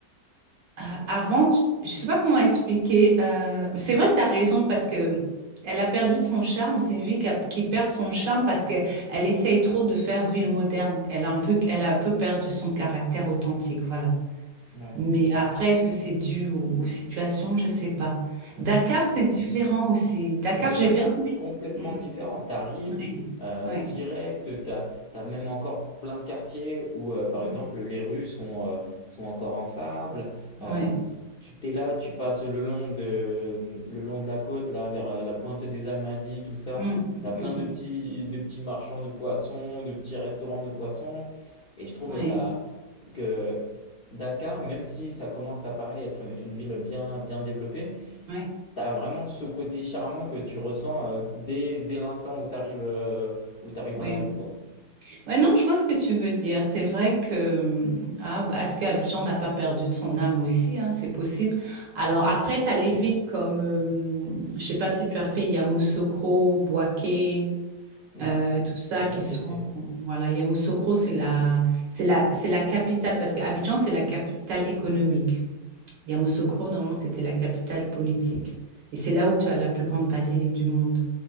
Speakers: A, on the right; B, on the left.
A: euh, Avant, tu- je sais pas comment expliquer. euh, C'est vrai que tu as raison parce que elle a perdu de son charme. C'est une vie qui, a- qui perd son charme parce qu'elle elle essaye trop de faire ville moderne. Elle a un peu, elle a un peu perdu son caractère authentique, voilà.
B: ouais.
A: Mais après, est-ce que c'est dû aux, aux situations? Je sais pas.
B: Je
A: Dakar,
B: sais pas.
A: c'est différent aussi. Dakar,
B: Ouais,
A: j'ai
B: Dakar,
A: bien aimé.
B: complètement
A: Mm,
B: différent. T'arrives
A: Oui,
B: euh,
A: oui,
B: direct, t'as, t'as même encore plein de quartiers où, euh, par
A: mm,
B: exemple, les rues sont, euh, sont encore en sable.
A: ouais,
B: Euh, tu t'es là, tu passes le long de, le long de la côte, là, vers euh, la pointe des Almadies, tout ça.
A: mm, mm,
B: T'as plein
A: mm,
B: de
A: mm,
B: petits, de petits marchands de poissons, de petits restaurants de poissons. Et je trouve
A: oui,
B: t'as, que Dakar, même si ça commence à paraître être une ville bien, bien développée,
A: oui,
B: T'as vraiment ce côté charmant que tu ressens euh, dès, dès l'instant où t'arrives euh, où t'arrives
A: oui,
B: dans la ville, quoi.
A: Ouais, non, je vois ce que tu veux dire. C'est vrai que, hum, ah, bah, est-ce que Abidjan n'a pas perdu de son âme aussi, hein, c'est possible. Alors après, t'as les villes comme, hum, je sais pas si tu as fait Yamoussoukro, Boaké,
B: Non,
A: euh, tout ça
B: jamais
A: qui sont,
B: été.
A: voilà, Yamoussoukro, c'est la, c'est la, c'est la capitale, parce qu'Abidjan, c'est la capitale économique. Yamoussoukro, normalement, c'était la capitale politique. Et c'est là où tu as la plus grande basilique du monde.